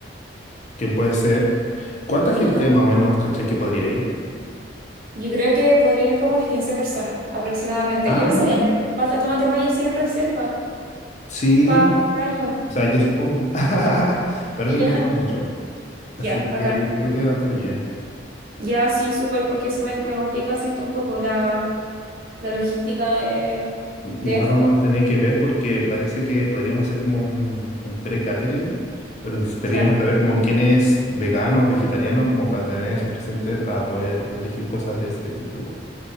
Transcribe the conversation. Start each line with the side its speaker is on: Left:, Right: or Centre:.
Left: quién puede ser. ¿Cuánta gente
Right: Ajá.
Left: más o menos, cachai, que podría ir?
Right: Yo creo que podrían ir como unas 15 personas aproximadamente.
Left: Ah,
Right: Yo no sabía que en el Palta Tomate Mayo hacían reservas
Left: sí.
Right: para años. <laughs>
Left: O sea, yo supongo. <laughs> Pero
Right: Ya,
Left: se me gusta mucho.
Right: ya,
Left: Así que
Right: bacán.
Left: yo creo que va a estar bien.
Right: Ya, sí, súper, porque eso me, me complica, siento un poco la, la logística de,
Left: I-
Right: de
Left: Igual
Right: esto.
Left: vamos a tener que ver porque parece que podríamos hacer como un, un pre-catering, pero necesitaríamos
Right: Claro.
Left: saber como quién es vegano o vegetariano como para tener eso presente para poder elegir cosas de ese tipo igual.